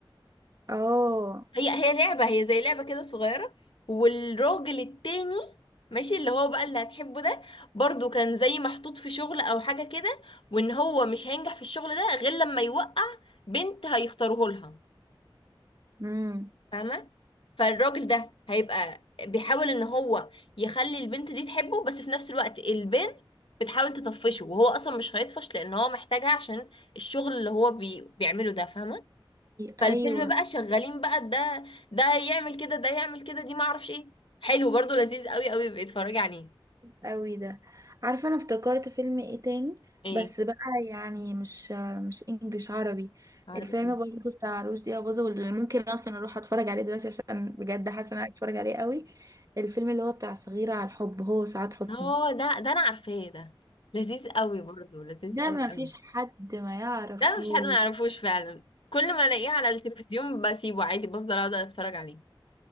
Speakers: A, on the right (about 40°); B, on the left (about 70°).
A: اه
B: هي هي لعبة هي زي لعبة كده صغيرة والراجل التاني ماشي اللي هو بقى اللي هتحبه ده برضو كان زي محطوط في شغل او حاجة كده وان هو مش هينجح في الشغل ده غير لما يوقع بنت هيختاروه لها
A: امم
B: فاهمة فالراجل ده هيبقى بيحاول ان هو يخلي البنت دي تحبه بس في نفس الوقت البنت بتحاول تطفشه وهو اصلا مش هيطفش لان هو محتاجها عشان الشغل اللي هو بي... بيعمله ده فاهمة فالفيلم
A: ايوه
B: بقى شغالين بقى ده ده يعمل كده ده يعمل كده دي ما اعرفش ايه حلو برضو لذيذ قوي قوي بيتفرج عليه
A: قوي ده عارفه انا افتكرت فيلم ايه تاني
B: ايه
A: بس بقى يعني مش مش انجليش عربي
B: عربي
A: الفيلم
B: ايه
A: برضه بتاع رشدي اباظة واللي ممكن اصلا اروح اتفرج عليه دلوقتي عشان بجد حاسه إن انا عايز اتفرج عليه قوي الفيلم اللي هو بتاع صغيره على الحب هو سعاد حسني
B: اه ده ده انا عارفاه ده لذيذ قوي برضو لذيذ
A: ده
B: قوي
A: ما
B: قوي
A: فيش حد ما يعرفه
B: ده مش حد ما يعرفوش فعلا كل ما الاقيه على التلفزيون بسيبه عادي بفضل اقعد اتفرج عليه